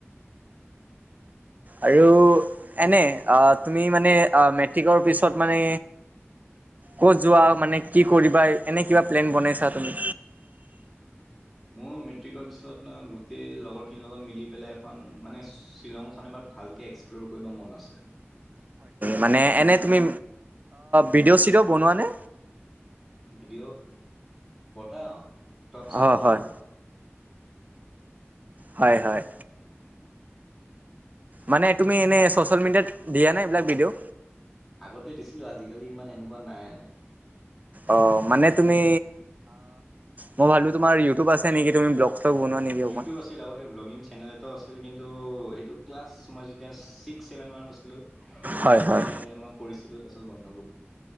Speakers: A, on the right; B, in the centre.
A: আৰু এনে তুমি মানে মেট্ৰিকৰ পিছত মানে ক'ত যোৱা মানে কি কৰিবা এনে কি'বা প্লেন বনাইছা তুমি।
B: মোৰ মেট্ৰিকৰ পিছত গোটেই লগৰখিনিৰ লগত মিলি পেলাই এখন মানে শ্বিলংখন এবাৰ ভালকে এক্সপ্ল'ৰ কৰিব মন আছে।
A: মানে এনে তুমি ভিডিঅ', চিডিঅ' বনোৱা নে।
B: ভিডিঅ' বনাও টক, চক
A: অ'
B: আগতে
A: হয়।
B: বহুত
A: হয়, হয়। মানে তুমি এনে চচিয়েল মিডিয়াত দিয়া নাই এইবিলাক ভিডিঅ।
B: আগতে দিছিলো আজিকালি ইমান এনেকুৱা নাই।
A: ‌অ, মানে তুমি মই ভাবো তোমাৰ ইউটুব আছে নেকি। চলগ বনোৱা নেকি অকণমান?
B: ইউটিউব আছিল আগতে ব্লগ তেনেদৰেটো আছিল, কিন্তু সেইটো ক্লাছ মই যেতিয়া ছিক্স, ছেভেন মানত আছিলোঁ। ঠিক
A: হয়
B: তাতে
A: হয়।
B: মই কৰিছিলো, তাৰ পিছত বন্ধ হৈ গ'ল।